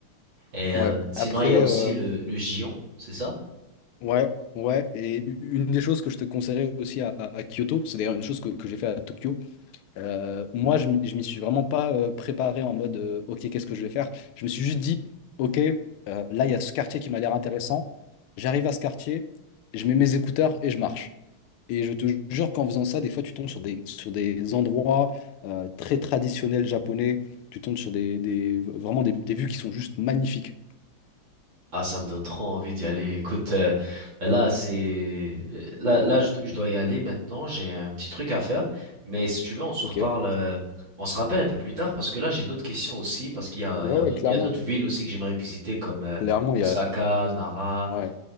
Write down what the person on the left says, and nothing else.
Ouais.
Après,
euh,
ouais, ouais. Et u- une des choses que je te conseillerais aussi à, à- à Kyoto, c'est d'ailleurs une chose que, que j'ai fait à Tokyo, Euh, moi, je m'y je m'y suis vraiment pas euh, préparé en mode euh, OK, qu'est-ce que je vais faire? Je me suis juste dit OK, euh, là, il y a ce quartier qui m'a l'air intéressant. J'arrive à ce quartier, je mets mes écouteurs et je marche. Et je te jure qu'en faisant ça, des fois, tu tombes sur des, sur des endroits euh, très traditionnels japonais. Tu tombes sur des, des- vraiment des, des vues qui sont juste magnifiques.
OK.
Ouais,
ouais,
clairement.
Clairement, il
y a,
ouais,